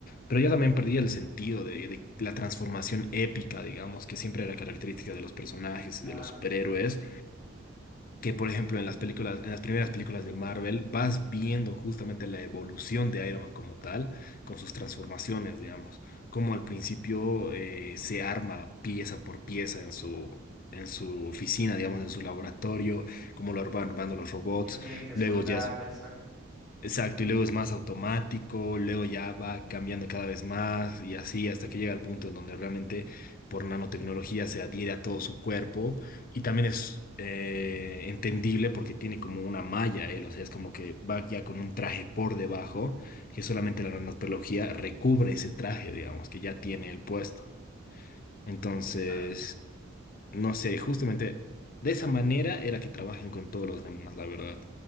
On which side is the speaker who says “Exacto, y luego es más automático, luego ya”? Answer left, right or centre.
Left